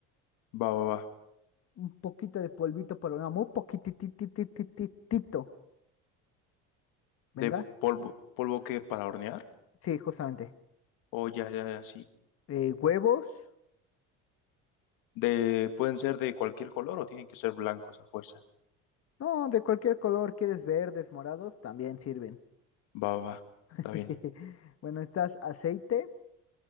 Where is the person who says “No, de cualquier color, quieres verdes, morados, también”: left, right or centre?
Left